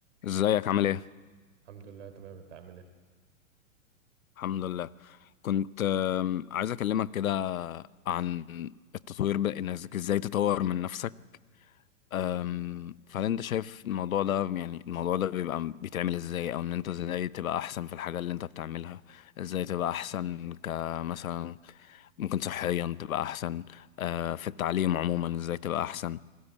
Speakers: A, on the left (about 70°); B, on the right (about 55°).
A: ازيك عامل ايه؟
B: الحمد لله تمام انت عامل ايه
A: الحمد لله كنت آم، عايز اكلمك كده عن التطوير ب... انك ازاي تطور من نفسك آم، فهل انت شايف الموضوع ده يعني الموضوع ده بيبقى بيتعمل ازاي او ان انت ازاي تبقى احسن في الحاجة اللي انت بتعملها ازاي تبقى احسن كمثلا ممكن صحيا تبقى احسن آه، في التعليم عموما ازاي تبقى احسن